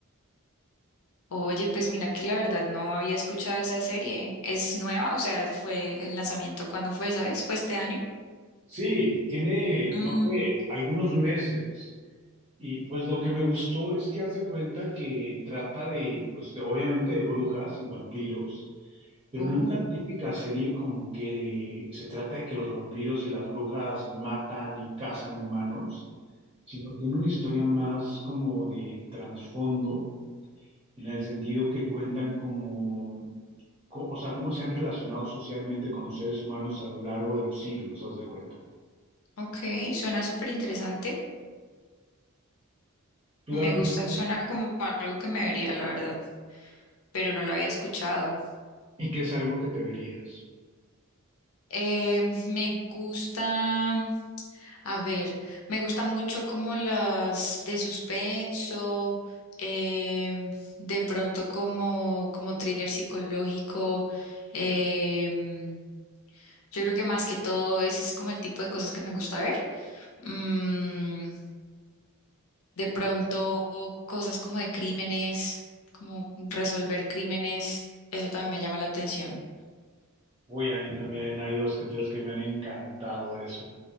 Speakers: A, on the left; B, on the right.
A: Oye, pues mira que la verdad no había escuchado esa serie. ¿Es nueva? O sea, fue el lanzamiento ¿Cuándo fue, ¿sabes? ¿Fue este año?
B: Sí, tiene,
A: Mm,
B: no sé, algunos meses y pues lo que me gustó es que haz de cuenta que trata de, pues de- obviamente de brujas y vampiros, Pero
A: uh,
B: no es la típica serie como que se trata de que los vampiros y las brujas matan y cazan humanos, sino tiene una historia más como de trasfondo, en el sentido que cuentan como, co- o sea, cómo se han relacionado socialmente con los seres humanos a lo largo de los siglos, haz de cuenta.
A: ok, suena súper interesante.
B: Tú
A: Me
B: has-
A: gusta, suena como algo que me vería, la verdad, pero no lo había escuchado.
B: y que es algo que te verías.
A: Eh, me gusta, a ver, me gusta mucho como las de suspenso, em, de pronto como, como thriller psicológico. em, yo creo que más que todo ese es como el tipo de cosas que me gusta ver. Mm, de pronto cosas como de crímenes, como resolver crímenes, eso también me llama la atención.
B: Uy, a mí también hay dos que tres que me han encantado de eso.